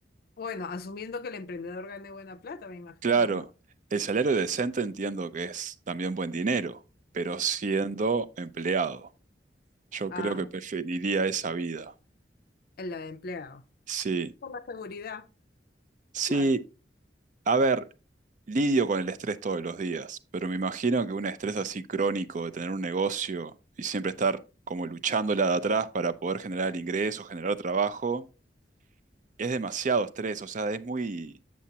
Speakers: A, on the left (about 55°); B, on the right (about 45°).
A: Bueno, asumiendo que el emprendedor gane buena plata, me imagino,
B: Claro,
A: ¿no?
B: el salario decente entiendo que es también buen dinero, pero siendo empleado, yo
A: Ah,
B: creo que preferiría esa vida.
A: el de empleado.
B: Sí,
A: Por la seguridad,
B: sí,
A: claro.
B: a ver, lidio con el estrés todos los días, pero me imagino que un estrés así crónico de tener un negocio y siempre estar como luchándola de atrás para poder generar ingresos, generar trabajo, es demasiado estrés, o sea, es muy,